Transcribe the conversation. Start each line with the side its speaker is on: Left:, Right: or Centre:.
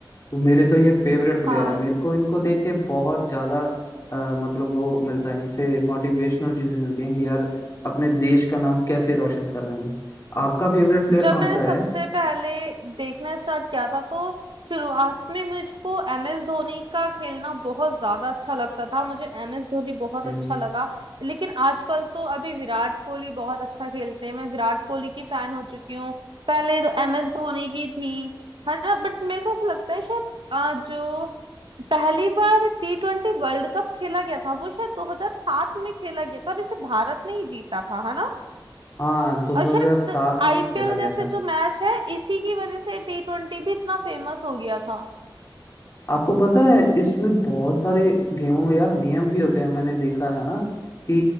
Left: तो मेरे तो ये फेवरेट प्लेयर
Right: हाँ
Left: हैं मेरे को इनको देख के बहुत ज्यादा अ, मतलब वो मिलता है इनसे मोटिवेशनल चीजें मिलती हैं कि यार अपने देश का नाम कैसे रोशन कर रहे हैं आपका फेवरेट प्लेयर
Right: जब
Left: कौन
Right: मैंने
Left: सा
Right: सबसे
Left: है
Right: पहले देखना स्टार्ट किया था तो शुरुआत में मुझको एम एस धोनी का खेलना बहुत ज्यादा अच्छा लगता था मुझे एम एस धोनी बहुत
Left: हम्म
Right: अच्छा लगा लेकिन आजकल तो अभी विराट कोहली बहुत अच्छा खेलते हैं मैं विराट कोहली की फैन हो चुकी हूँ पहले तो एम एस धोनी की थी है ना बट मेरे को ऐसा लगता है शायद अ, जो पहली बार टी ट्वेंटी वर्ल्ड कप खेला गया था वो शायद 2007 में खेला गया था और इसे भारत ने ही जीता था है ना
Left: हाँ 2007
Right: और शायद आईपीएल
Left: में ही खेला गया
Right: जैसे
Left: था
Right: जो मैच है इसी की वजह से टी ट्वेंटी भी इतना फेमस हो गया था
Left: आपको पता है इसमें बहुत सारे गेमों में यार नियम भी होते हैं मैंने देखा है ना कि